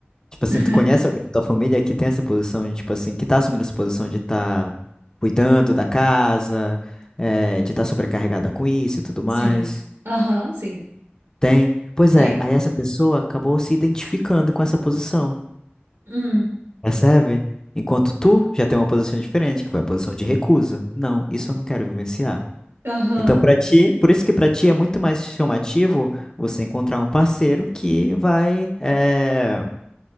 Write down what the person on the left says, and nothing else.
Tipo assim,
tu conhece alguém da tua família que tem essa posição de, tipo assim, que tá assumindo essa posição de tá cuidando da casa, eh, de tá sobrecarregada com isso e tudo mais?
Tem? Pois
é, aí essa pessoa acabou se identificando com essa posição.
Percebe? Enquanto tu já tem uma posição diferente, que foi a posição de recusa. Não, isso eu não quero vivenciar.
Então, para ti, por isso que para ti é muito mais chamativo você encontrar um parceiro que vai eh,